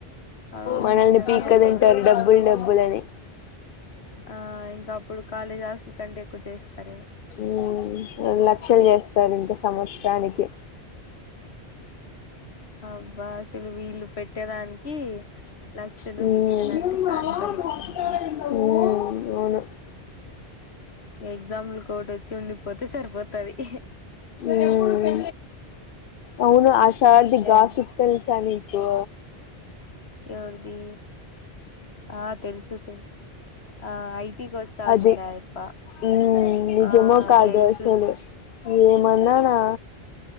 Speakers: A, on the left (about 80°); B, on the left (about 65°).
A: అవును
B: మనల్ని
A: నిజమే
B: పీక
A: అది
B: తింటారు
A: కూడా
B: డబ్బులు డబ్బులు అని
A: ఆ ఇంకా అప్పుడు కాలేజ్ హాస్ల కంటే ఎక్కువ చేస్తారుేమో
B: మ్మ్ లక్షలు చేస్తారు ఇంకా సంవత్సరానికి
A: అబ్బాసలు మీ ఇలుు పెట్టేదానికి
B: అవును
A: లక్షలు గీక్షలు అంటే కాని పని ఎగ్జాంపుల్ కోట్ చండిపోతే సరిపోతుది ఇ
B: అ ముడుగా అవును సర్ది
A: ఇట్లే
B: గాసుతల్సానికు
A: అను ఎవరిది ఆ తెలుసు తె ఆ ఐటికి వస్తాననిండు
B: అది
A: ఆ యాప్ప
B: మ్మ్ నిజమో
A: ఆ
B: కాదో
A: తెలుసు
B: అసలు ఏమన్నానా